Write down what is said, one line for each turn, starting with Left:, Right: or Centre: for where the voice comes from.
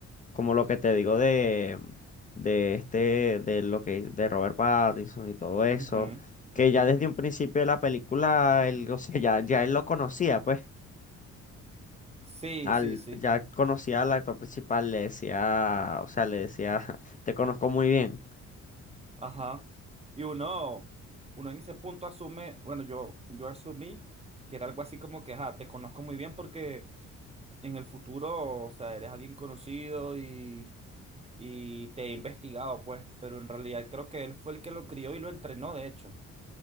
Left: como lo que te digo de, de este, de lo que, de Robert Pattinson y todo eso,
Right: Ujú,
Left: que
Right: ujú.
Left: ya desde un principio de la película, él, o sea, ya, ya él lo conocía, pues.
Right: Sí,
Left: Al,
Right: sí, sí.
Left: ya conocía al actor principal, le decía, o sea, le decía, <laughs> te conozco muy bien.
Right: Ajá. Y uno, uno en ese punto asume, bueno, yo, yo asumí que era algo así como que, ah, te conozco muy bien porque en el futuro, o sea, eres alguien conocido y, y te he investigado, pues, pero en realidad creo que él fue el que lo crió y lo entrenó, de hecho.